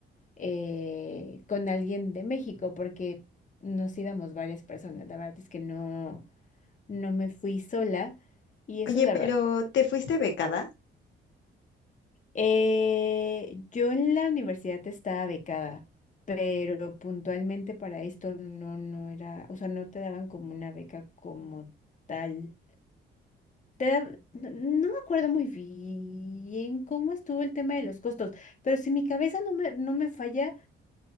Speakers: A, on the left (about 40°); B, on the left (about 70°).
A: eh, con alguien de México, porque nos íbamos varias personas. La verdad es que no, no me fui sola y eso
B: Oye,
A: la
B: pero
A: verdad.
B: ¿te fuiste becada?
A: Eh, yo en la universidad estaba becada, pero puntualmente para esto no, no era, o sea, no te daban como una beca como tal. Te da- no no me acuerdo muy bien cómo estuvo el tema de los costos, pero si mi cabeza no me, no me falla,